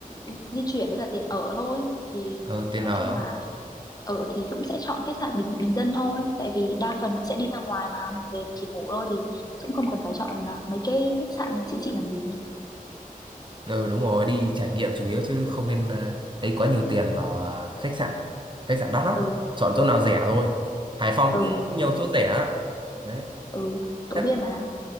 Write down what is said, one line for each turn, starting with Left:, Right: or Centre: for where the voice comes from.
Left: di di chuyển với cả tiền ở thôi thì
Right: Ờ, tiền
Left: nói
Right: ở
Left: chung là ở thì cũng sẽ chọn khách sạn bình bình dân thôi tại vì đa phần mình sẽ đi ra ngoài mà mình về mình chỉ ngủ thôi thì cũng không cần phải chọn à, mấy cái khách sạn xịn xịn làm gì
Right: Ừ đúng rồi đi trải nghiệm chủ yếu chứ không nên à, ấy quá nhiều tiền vào à, khách sạn khách sạn đắt lắm
Left: ừ
Right: chọn chỗ nào rẻ thôi Hải Phòng
Left: ừ
Right: cũng nhiều chỗ rẻ á. đấy
Left: ừ tôi
Right: Cát,
Left: biết mà